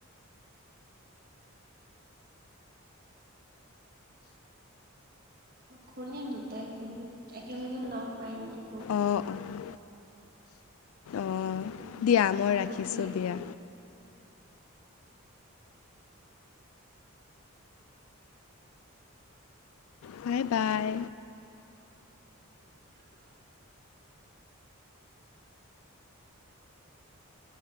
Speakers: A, on the right (about 40°); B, on the left (about 75°).
A: খুলিম দুটাই খুলিম, একেলগে বনাব পাৰিম বস্তুবোৰ।
B: অঁ অঁ অঁ
A: উম
B: দিয়া, মই
A: ভাল
B: ৰাখিছোঁ
A: গোটেই
B: দিয়া। Bye bye.
A: <inaudible>